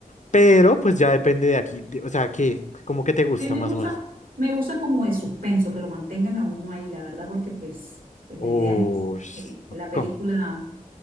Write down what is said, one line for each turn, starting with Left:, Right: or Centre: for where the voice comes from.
Left: pero pues ya depende de aquí, de- o sea, ¿qué? ¿Cómo que te gusta
Right: A mí me
Left: más
Right: gusta,
Left: o menos?
Right: me gusta como de suspenso, que lo mantengan a uno ahí, la verdad, porque pues, pues
Left: Uy,
Right: la idea es que que la película
Left: ¿cómo?